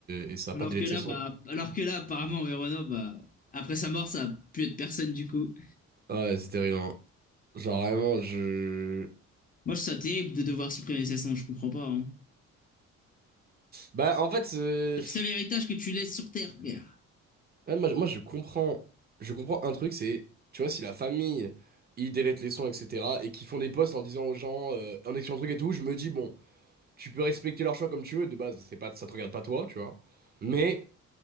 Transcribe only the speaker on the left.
Alors
que
là,
bah, alors que là, apparemment, Renault, bah, après sa mort, ça a pu être personne du coup.
Moi, je trouve ça terrible de devoir supprimer ses sons, je comprends pas, hein.
C'est le seul héritage que tu laisses sur Terre, frère.